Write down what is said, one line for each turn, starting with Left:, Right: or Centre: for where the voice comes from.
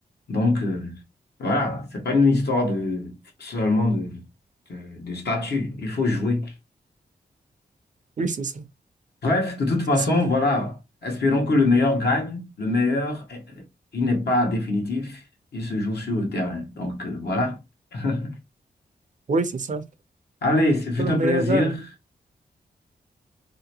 Left: Donc, euh, voilà, c'est pas une histoire de seulement de, de, de statut. Il faut jouer.
Right: Oui, c'est ça.
Left: Bref, de toute façon,
Right: C'est ça.
Left: voilà. Espérons que le meilleur gagne. Le meilleur, eh, il n'est pas définitif. Il se joue sur le terrain. Donc, euh, voilà. <laughs>
Right: Oui, c'est ça.
Left: Allez, ce fut
Right: C'est le
Left: un
Right: meilleur
Left: plaisir
Right: gars.